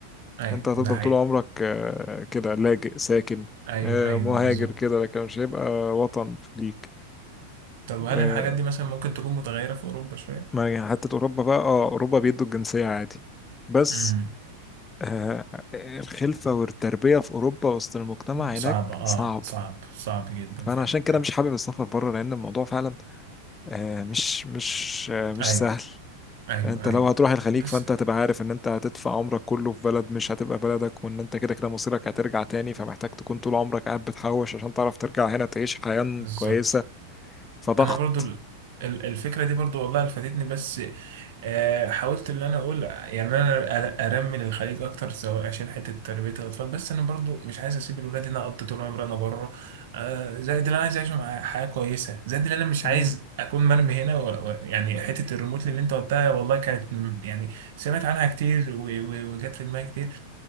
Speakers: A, on the right (about 55°); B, on the left (about 15°).
A: ايوه
B: انت هتفضل
A: ده حقيقي
B: طول عمرك آه، كده لاجئ ساكن
A: ايوه
B: آه،
A: ايوه
B: مهاجر
A: بالظبط
B: كده لكن مش هيبقى وطن ليك
A: طب هل
B: آه،
A: الحاجات دي مثلا ممكن تكون متغيره في اوروبا شويه
B: ما يعني حتى اوروبا بقى اه اوروبا بيدوا الجنسية عادي بس
A: امم
B: آه، الخلفة والتربية في اوروبا وسط المجتمع
A: صعبه
B: هناك
A: اه
B: صعب
A: صعب صعب جدا
B: فانا
A: فعلا
B: عشان كده
A: آه.
B: مش حابب السفر بره لان الموضوع فعلا آه، مش مش آه، مش
A: ايوه
B: سهل
A: ايوه
B: انت لو
A: ايوه
B: هتروح الخليج
A: بس
B: فانت هتبقى عارف ان انت هتدفع عمرك كله في بلد مش هتبقى بلدك وان انت كده كده مصيرك هترجع تاني فمحتاج تكون طول عمرك قاعد بتحوش عشان تعرف ترجع هنا تعيش حياة
A: بالظبط
B: كويسة فضغط
A: انا برضو ال- ال- الفكره دي برضو والله فادتني بس آه، حاولت ان انا اقول يعني انا أر- ارمي للخليج اكتر سواء عشان حته تربيه الاطفال بس انا برضو مش عايز اسيب الولاد هنا اقضي طول عمري انا بره آه، زائد اللي انا عايز اعيش مع حياه كويسه زائد اللي انا مش
B: مم.
A: عايز اكون مرمي هنا و... و... يعني حته الريموت اللي انت قلتها والله كانت م- يعني سمعت عنها كتير و... و... وجت في دماغي كتير